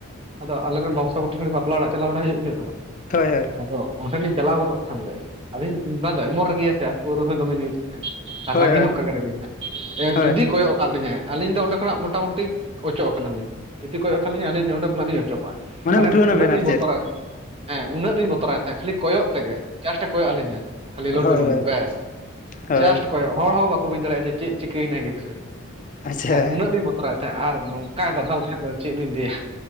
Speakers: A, on the right (about 25°); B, on the left (about 35°).
A: ᱟᱫᱚ ᱟᱞᱮ ᱨᱮᱱ ᱵᱚᱝᱥᱚ ᱠᱚᱴᱷᱮᱱ ᱜᱮ ᱵᱟᱯᱞᱟ ᱚᱲᱟᱜ ᱪᱟᱞᱟᱣ ᱵᱟᱲᱟ ᱦᱩᱭᱩᱜ ᱜᱮᱭᱟ ᱛᱚ
B: ᱦᱳᱭ ᱦᱳᱭ
A: ᱟᱫᱚ ᱚᱸᱰᱮ ᱞᱤᱧ ᱪᱟᱞᱟᱣ ᱜᱚᱫᱚᱜ ᱠᱷᱟᱱ ᱜᱮ ᱟᱞᱤᱧ ᱤᱧ ᱵᱟ ᱫᱚ ᱮᱢᱚᱱ ᱨᱟᱹᱜᱤᱭᱟ ᱥᱮ ᱟᱨ ᱯᱟᱹᱣᱨᱟᱹ ᱦᱚᱸ ᱫᱚᱢᱮ ᱧᱩᱭ ᱛᱟᱦᱮᱸᱜᱼᱮᱸ ᱟᱨ
B: ᱦᱳᱭ
A: ᱨᱟᱜᱤ
B: ᱦᱳᱭ
A: ᱦᱚᱸ ᱚᱱᱠᱟ ᱜᱮ ᱨᱟᱜᱤ <unintelligible> ᱮ
B: ᱦᱳᱭ
A: ᱡᱩᱫᱤ ᱠᱚᱭᱚᱜ ᱠᱟᱫ ᱞᱤᱧᱟᱭ ᱟᱹᱞᱤᱧ ᱫᱚ ᱚᱸᱰᱮ ᱠᱷᱚᱱᱟᱜ ᱢᱚᱴᱟᱢᱩᱴᱤ ᱚᱪᱚᱜ ᱠᱟᱱᱟ ᱞᱤᱧ ᱡᱩᱫᱤ ᱠᱚᱭᱚᱜ ᱠᱟᱜ ᱞᱤᱧᱟ ᱟᱹᱞᱤᱧ ᱚᱸᱰᱮ ᱠᱷᱚᱱ ᱞᱤᱧ ᱚᱪᱚᱜᱚᱜ-ᱟ ᱢᱟᱱᱮ
B: ᱩᱴᱷᱟᱹᱣ ᱱᱟᱵᱮᱱ
A: ᱩᱱᱟᱹᱜ ᱞᱤᱧ
B: ᱟᱨ
A: ᱵᱚᱛᱚᱨᱟᱭ
B: ᱪᱮᱫ
A: ᱦᱮᱸ ᱩᱱᱟᱹᱜ ᱞᱤᱧ ᱵᱚᱛᱚᱨᱟᱭ ᱛᱟᱦᱮᱸᱫ, ᱠᱷᱟᱹᱞᱤ ᱠᱚᱭᱚᱜ ᱛᱮᱜᱮ ᱡᱟᱥᱴᱮ ᱠᱚᱭᱚᱜ ᱟᱹᱞᱤᱧᱟ ᱠᱷᱟᱹᱞᱤ ᱞᱩᱰᱩ
B: ᱦᱳᱭ
A: ᱞᱩᱰᱩ
B: ᱦᱳᱭ
A: ᱵᱮᱥ
B: ᱦᱳᱭ
A: ᱡᱟᱥᱴ ᱠᱚᱭᱚᱜ ᱦᱚᱲ ᱦᱚᱸ ᱵᱟᱠᱚ ᱵᱩᱡᱽ ᱫᱟᱲᱮᱭᱟᱜ-ᱟ ᱡᱮ ᱪᱮᱫ ᱮ ᱪᱤᱠᱟᱹᱭ ᱮᱱᱟᱭ ᱜᱤᱫᱽᱨᱟᱹᱭ᱾
B: ᱟᱪᱪᱷᱟ
A: ᱟᱨ ᱩᱱᱟᱹᱜ ᱞᱤᱧ ᱵᱚᱛᱚᱨᱟᱭ ᱛᱟᱦᱮᱸᱫ ᱟᱨ ᱱᱚᱝᱠᱟᱭ ᱫᱟᱫᱟᱞ ᱛᱟᱦᱮᱸᱫ ᱫᱚ ᱪᱮᱫ ᱞᱤᱧ ᱞᱟᱹᱭᱟ